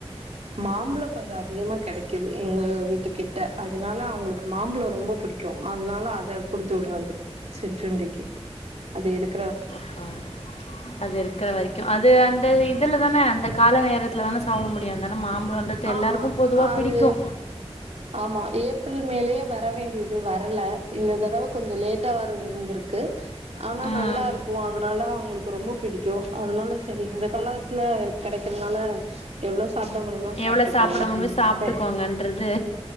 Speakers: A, on the right; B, on the left.
A: மாம்பழ கொஞ்ச அதிகமா கெடைக்குது எங்க வீட்டு கிட்ட அதனால அவங்களுக்கு மாம்பழ ரொம்ப புடிக்கு அதனால அத குடுத்து விடுறது சிற்றுண்டிக்கு அது இருக்
B: அ அது இருக்கிற வரைக்கு அது அந்த இதுல தான அந்த கால நேரத்துல தான சாப்பிட முடியாதுனால மாம்பழம்ன்றது எல்லாருக்கு
A: ஆமா
B: பொதுவா
A: அது
B: பிடிக்கு
A: ஆமா ஏப்ரல் மேலயே வர வேண்டியது வரல இந்த தடவ கொஞ்ச லேட்டா வற வந்துருக்கு ஆனா
B: ம்.
A: நல்லா இருக்கு அதனால அவங்களு ரொம்போ பிடிக்கூ அதனால சரி இந்த கலர்ஸ்ல கெடைக்கிறதுனால எவ்ளோ சாப்ட முடியுமே
B: எவ்வளோ
A: சாப்ட்டுக்கோங்க
B: சாப்பிட
A: அப்டின்னு
B: முடியுமோ சாப்பிட்டுக்கோங்கன்றது
A: சொல்ட்டு